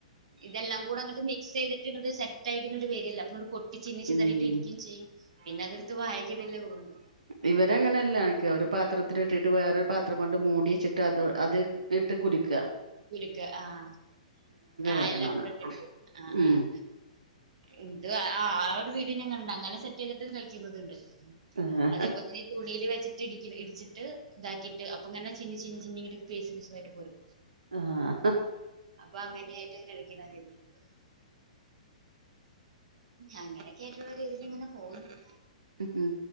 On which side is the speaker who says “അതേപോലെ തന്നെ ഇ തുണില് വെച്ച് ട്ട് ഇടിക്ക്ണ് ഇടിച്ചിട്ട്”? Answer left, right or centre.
Right